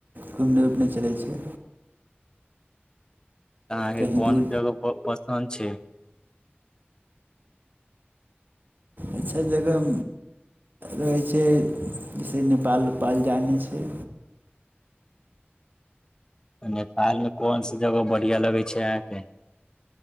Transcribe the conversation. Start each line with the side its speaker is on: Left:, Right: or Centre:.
Right: घूमने उमने चलै छै
Left: अहाँके
Right: कहीँ
Left: कोन
Right: दूर
Left: जगह प-पसन्द छै
Right: अच्छा जगह रहै छै जैसे नेपाल उपाल जानै छै
Left: नेपालमे कोन स जगह बढ़ियाँ लगै छै अहाँके